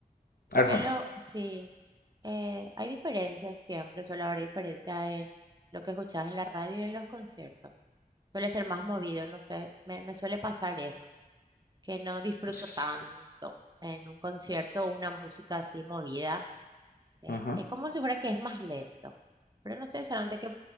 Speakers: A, on the right (about 25°); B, on the left (about 80°).
A: Porque
B: Arjona.
A: lo, sí, eh, hay diferencias siempre, suele haber diferencia en lo que escuchas en la radio y en los conciertos. Suele ser más movido, no sé, me, me suele pasar eso, que no disfruto
B: Ps,
A: tanto en un concierto una música así movida Eh,
B: ajá.
A: es como si fuera que es más lento. Pero no sé, solamente que